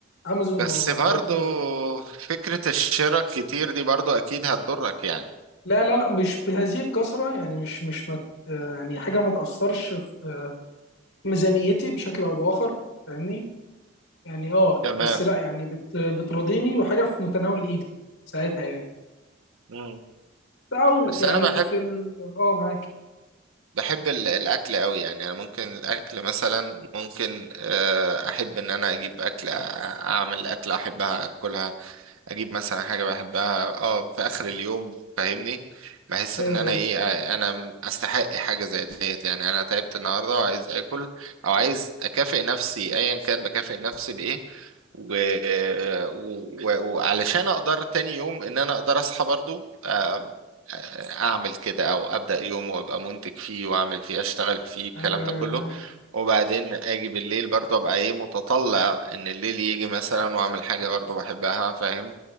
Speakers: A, on the left (about 85°); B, on the right (about 85°).
A: امازون
B: بس
A: آه،
B: برضو
A: على طول يعني.
B: فكرة الشراء كتير دي برضو اكيد هتضرك يعني
A: لا لا لا مش بهذه الكثره يعني مش مش مت آه، يعني حاجه ما تاثرش في ميزانيتي بشكل او باخر فاهمني يعني اه
B: تمام
A: بس لا يعني بت بتراضيني وحاجه في متناول ايدي ساعتها يعني
B: مم.
A: او
B: بس
A: يعني
B: انا بحب
A: في ال اه معاك
B: بحب ال- الاكل قوي يعني انا ممكن الاكل مثلا ممكن آه، احب ان انا اجيب اكل أ- اعمل اكل احبها اكلها اجيب مثلا حاجه بحبها اه في اخر اليوم فاهمني بحس
A: ايوه
B: ان انا
A: ايوه
B: ايه آه، انا استحق حاجه زي ديت يعني انا تعبت النهارده وعايز اكل او عايز اكافئ نفسي ايا كان بكافئ نفسي بايه و... و... وعلشان اقدر تاني يوم ان انا اقدر اصحى برضو آم، اعمل كده او ابدا يوم وابقى منتج فيه واعمل فيه اشتغل فيه الكلام
A: ايوه
B: ده
A: ايوه
B: كله
A: معاك
B: وبعدين اجي بالليل برضو ابقى ايه متطلع ان الليل يجي مثلا واعمل حاجه برضو بحبها فاهم